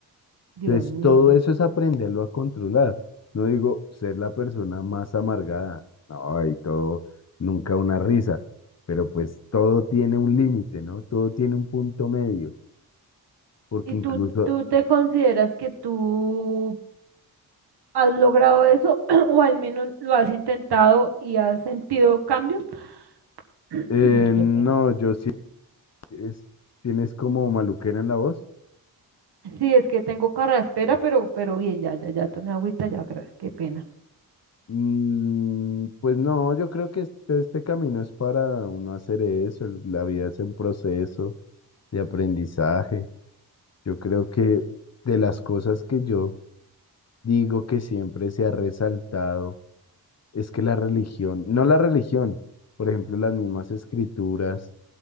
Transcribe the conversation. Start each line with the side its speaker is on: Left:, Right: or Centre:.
Right: Dios
Left: Entonces,
Right: mío.
Left: todo eso es aprenderlo a controlar. No digo ser la persona más amargada, no, y todo, nunca una risa, pero pues todo tiene un límite, ¿no? Todo tiene un punto medio, porque
Right: ¿Y tú,
Left: incluso,
Right: tú te consideras que tú has logrado eso <clears throat> o al menos lo has intentado y has sentido cambios? <clears throat>
Left: eh,
Right: Qué
Left: no,
Right: pena.
Left: yo sí, es- tienes como maluquera en la voz.
Right: Sí, es que tengo carraspera, pero, pero bien, ya, ya, ya tomé agüita, ya, gra- qué pena.
Left: Mm, pues no, yo creo que este, este camino es para uno hacer eso, el- la vida es un proceso de aprendizaje. Yo creo que de las cosas que yo digo que siempre se ha resaltado es que la religión, no la religión, por ejemplo, las mismas escrituras